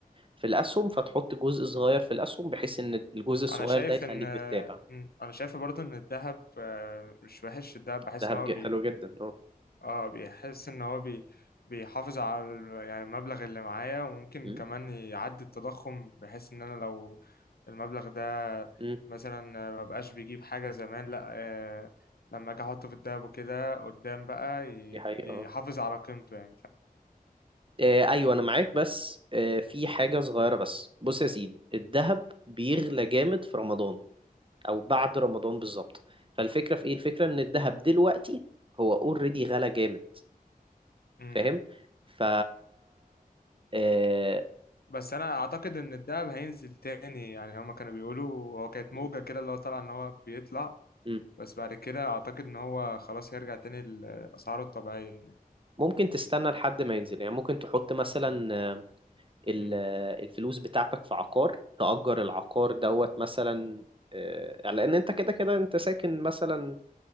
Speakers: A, on the right (about 35°); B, on the left (about 85°).
A: في الأسهم فتحط جزء صغير في الأسهم بحيث إن الجزء الصغير
B: انا شايف
A: ده يخليك
B: ان
A: بتتابع
B: مم. انا شايف برضو ان الذهب آه، مش وحش الذهب بحس
A: ده
B: ان
A: هبج-
B: هو
A: حلو جدا اه
B: اه بيحس ان هو بي بيحافظ على ال- يعني المبلغ اللي معايا وممكن
A: م-
B: كمان يعدي التضخم بحيث ان انا لو المبلغ ده
A: م،
B: مثلا ما بقاش بيجيب حاجة زمان لا آه لما اجي احطه في الدهب وكده قدام بقى ي-
A: دي حقيقة
B: يحافظ
A: آه.
B: على قيمته يعني ف...
A: آه، ايوه انا معاك بس آه، في حاجه صغيره بس بص يا سيدي الذهب بيغلى جامد في رمضان او بعد رمضان بالظبط فالفكره في ايه الفكره ان الذهب دلوقتي هو اوريدي غلى جامد
B: مم.
A: فاهم ف آه،
B: بس انا اعتقد ان الدهب هينزل تاني يعني هما كانوا بيقولوا هو كانت
A: م-
B: موجة كده اللي هو طلع ان هو بيطلع
A: م.
B: بس بعد كده اعتقد ان هو خلاص هيرجع تاني لاسعاره الطبيعية يعني.
A: ممكن تستنى لحد ما ينزل يعني ممكن تحط مثلا آه، ال-
B: مم.
A: آه، الفلوس بتاعتك في عقار تأجر العقار دوت مثلا آه، لان انت كده كده انت ساكن مثلا